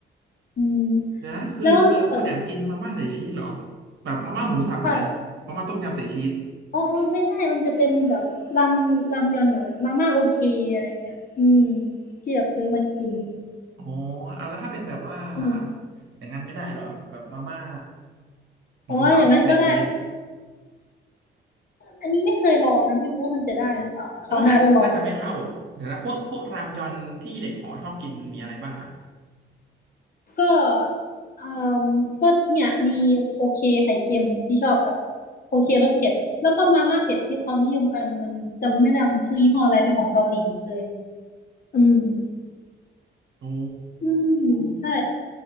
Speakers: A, on the left; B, on the right.
A: อืม
B: เดี๋ยวนะคือคุณแอมกินมาม่าใส่ชีสเหรอ
A: แล้วนอกจาก
B: แบบมาม่าหมูสับอะนะมาม่าต้มยำใส่ชีส
A: ผักอ๋ออ๋อไม่ใช่มันจะเป็นแบบรามรามยอนอะแบบมาม่าโอเคอะไรเงี้ยอืมที่แบบซื้อมากิน
B: อ๋อเอาแล้วถ้าเป็นแบบว่า
A: อืม
B: อย่างนั้นไม่ได้เหรอแบบมาม่าหมูสับใส่ชีส
A: อ๋ออย่างนั้นก็ได้ อันนี้ไม่เคยลองนะไม่รู้ว่ามันจะได้หรือเปล่าคราวหน้าต้องลอง
B: เพราะว่าน่าจะไม่เข้าเดี๋ยวนะพวกพวกรามยอนที่เด็กหอชอบกินมันมีอะไรบ้างอะ
A: ก็เอ่มก็เนี่ยมีโอเคไข่เค็มที่ชอบกับโอเครสเผ็ดแล้วก็มาม่าเผ็ดที่เขานิยมกันมันจำไม่ได้มันชื่อยี่ห้ออะไรเป็นของเกาหลีเลยอืม
B: โอ้
A: อืมใช่